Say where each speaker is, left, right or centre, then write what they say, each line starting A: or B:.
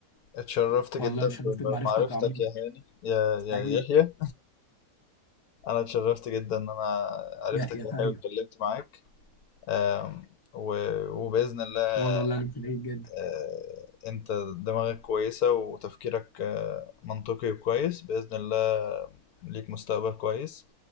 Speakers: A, on the left (about 70°); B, on the left (about 20°).
A: اتشرفت جدا
B: والله اتشرفت
A: بمعرفتك
B: بمعرفتك يا عمرو
A: يا هاني يا يا
B: حبيبي
A: يحيى انا اتشرفت جدا ان انا عرفتك
B: يحيى
A: يا
B: ايوه
A: هاني واتكلمت معاك آم، و- وباذن الله
B: وانا والله انا سعيد جدا
A: آه، انت دماغك كويسة وتفكيرك آه، منطقي وكويس بإذن الله ليك مستقبل كويس